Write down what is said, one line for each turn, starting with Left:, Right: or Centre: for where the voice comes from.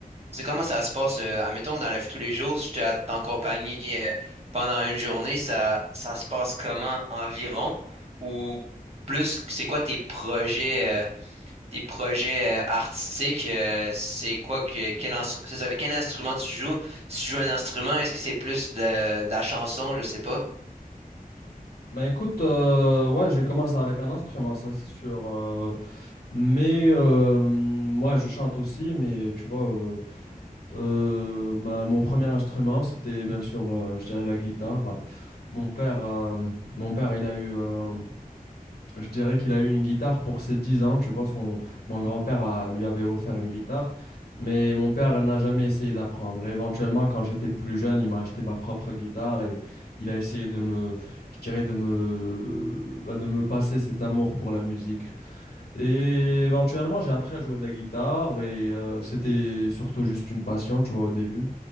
Right: C'est comment ça se passe? euh, admettons, dans la vie de tous les jours, si tu t'es accompagné euh, pendant une journée, ça, ça se passe comment environ? Ou plus, c'est quoi tes projets? euh, tes projets euh, artistiques, euh, c'est quoi que quel, ins- c'est ça, quel instrument tu joues? Si tu joues un instrument, est-ce que c'est plus de la, de la chanson? Je sais pas.
Left: Mais écoute, euh, ouais, j'ai commencé avec un instrument, ça c'est sûr. euh, Mais euh, moi, je chante aussi, mais tu vois, euh, euh, ma- mon premier instrument, c'était bien sûr, euh, je dirais, la guitare. Mon père, euh, mon père, il a eu, euh, je dirais qu'il a eu une guitare pour ses 10 ans. Tu vois, son, mon grand-père a- lui avait offert une guitare, mais mon père n'a jamais essayé d'apprendre. Et Éventuellement, quand j'étais plus jeune, il m'a acheté ma propre guitare et il a essayé de me, je dirais, de me, bah, de me passer cet amour pour la musique. Et éventuellement, j'ai appris à jouer de la guitare et euh, c'était surtout juste une passion, tu vois, au début.